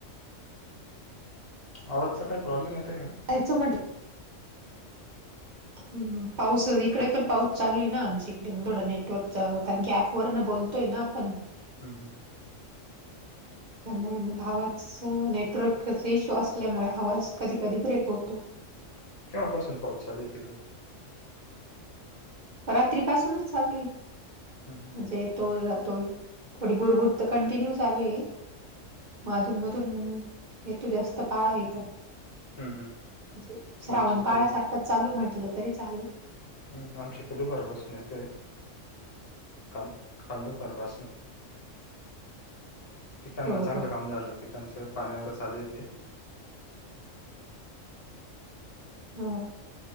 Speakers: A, on the left; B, on the right.
A: आवाजचा काय प्रॉब्लेम येतय का?
B: आईच म्हट हम्म पाऊस इकडे पण पाऊस चालू आहे ना आमच्या इकडे थोडं नेटवर्क कारण की ऍप वरना बोल तो येना आपण.
A: हम्म हम्म.
B: त्यामुळे मग आवाज नेटवर्कचा इश्यू असल्यामुळे आवाज कधी कधी ब्रेक होतो.
A: केव्हा पासून पाऊस चालु आहे तिकडे?
B: रात्री पासूनच चालूये.
A: हम्म हम्म.
B: म्हणजे येतोय जातोय थोडी भुरभुर तर कंटिन्यू चालू आहे. म अधून मधून हीते जास्त पाळा येता येत
A: हम्म, हम्म.
B: म्हणजे श्रावण
A: आमच्याकडे
B: पाळ्या सारख क चालू म्हंटलं तरी चालेल.
A: नाही आमच्याकड दुपार पासून येतोय. काल काल दुपार पासन पिकांना
B: हो
A: चांगलं
B: हो
A: काम झालं पिकांचं पाण्यावर चालुये ते.
B: हा